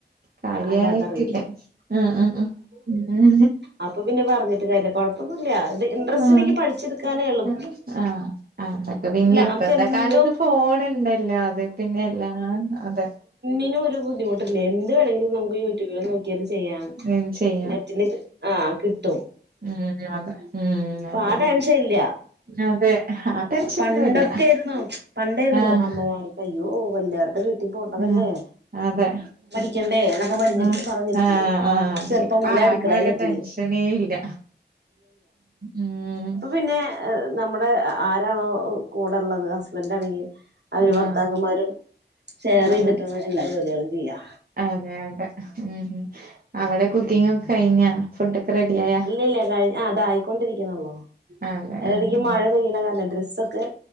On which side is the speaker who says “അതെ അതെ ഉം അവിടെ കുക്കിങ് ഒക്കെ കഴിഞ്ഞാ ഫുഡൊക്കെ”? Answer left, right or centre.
Right